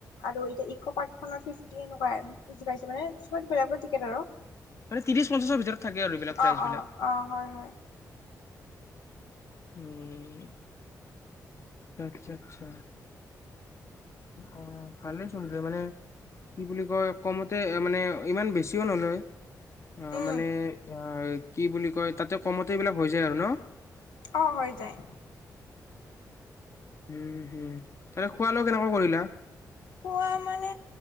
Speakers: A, on the left (about 85°); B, on the left (about 45°).
A: আৰু এতিয়া ইক পাৰ্ক খ ফিফটি এনেকুৱা বুজি পাইছে মানে চব বেলে - বেলেগ টিকেট আৰু।
B: মানে ত্ৰিশ পঞ্চাছৰ ভিতৰত থাকে আৰু এইবিলাক প্ৰাইচ
A: অ অ
B: বিলাক।
A: অ হয় - হয়।
B: উম। আচ্ছা - আচ্ছা। অ, ভালেই চোন দে মানে কি বুলি কয় কমতে মানে ইমান বেছিও নলয়। অ,
A: উম
B: মানে অ, কি বুলি কয় তাতে কমতে এইবিলাক হৈ যায় আৰু ন।
A: অ', হৈ যায়।
B: উম, হম, তাতে খোৱা লোৱা কেনেকুৱা কৰিলা।
A: খোৱা মানে